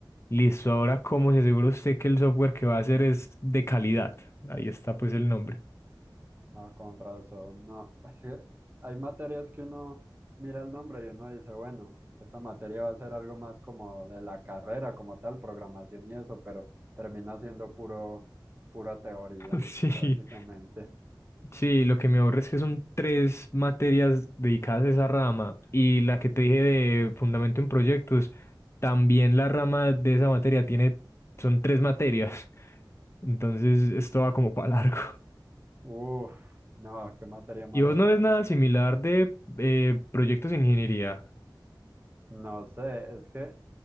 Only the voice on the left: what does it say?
Listo, ahora cómo se asegura usted que el software que va a hacer es de calidad. Ahí está pues el nombre.
<laughs> Sí,
sí, lo que me aburre es que son tres materias dedicadas a esa rama y la que te dije de fundamento en proyectos, también la rama de esa materia tiene, son tres materias. Entonces, esto va como <laughs> para largo.
¿Y vos
no ves nada similar de eh, proyectos de ingeniería?